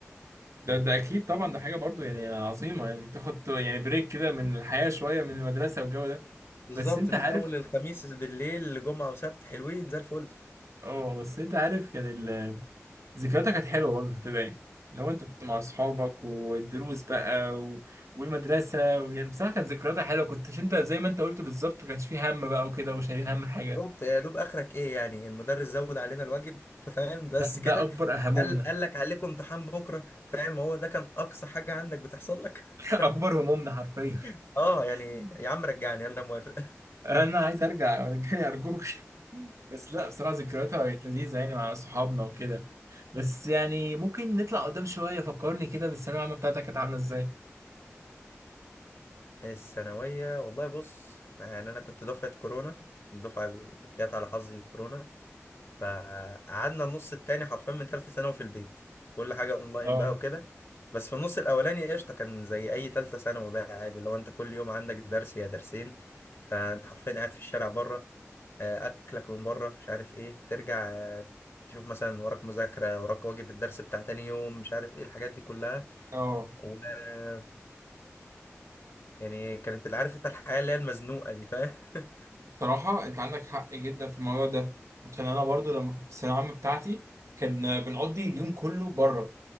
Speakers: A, on the right; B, on the left.
A: ده ده أكيد طبعا ده حاجة برضو يعني عظيمة يعني تاخد يعني بريك كده من الحياة شوية من المدرسة والجو ده
B: بالظبط
A: بس أنت
B: من
A: عارف
B: اول الخميس بالليل لجمعه وسبت حلوين زي الفل
A: اه بس أنت عارف كان يعني ذكرياتها كانت حلوه برضه في ابتدائي لو انت كنت مع اصحابك والدروس بقى و... والمدرسه يعني بصراحه كانت ذكرياتها حلوه كنتش انت زي ما انت قلت بالظبط ما كانش فيه هم بقى وكده وشايلين هم حاجه
B: بالظبط يا دوب اخرك ايه يعني المدرس زود علينا الواجب فاهم بس
A: ده ده
B: كده
A: اكبر همومنا
B: قال قال لك عليكم امتحان بكره فاهم هو ده كان اقصى حاجه عندك بتحصل لك
A: <laughs> اكبر همومنا حرفيا
B: <laughs> اه يعني
A: <laughs>
B: يا عم رجعني انا موافق
A: انا عايز ارجع رجعني ارجوك <laughs> بس لا بصراحه ذكرياتها كانت لذيذه يعني مع صحابنا وكده بس يعني ممكن نطلع قدام شويه فكرني كده بالثانويه العامه بتاعتك كانت عامله ازاي
B: <laughs> الثانويه والله بص يعني انا كنت دفعه كورونا الدفعه اللي جت على حظي كورونا فقعدنا النص التاني حرفيا من تالتة ثانوي في البيت وكل حاجة اونلاين
A: اه
B: بقى وكده بس في النص الاولاني قشطة كان زي اي تالتة ثانوي بقى عادي لو انت كل يوم عندك درس يا درسين فانت حرفيا قاعد في الشارع بره آه، اكلك من بره مش عارف ايه ترجع آه، تشوف مثلا وراك مذاكرة وراك واجب الدرس بتاع تاني يوم مش عارف ايه الحاجات دي كلها
A: اه
B: وبس يعني كانت اللي عارف انت الحياة اللي هي المزنوقة دي فاهم <laughs>
A: بصراحة أنت عندك حق جدا في الموضوع ده عشان أنا برضو لما كنت في الثانوية العامة بتاعتي كان بنقضي اليوم كله بره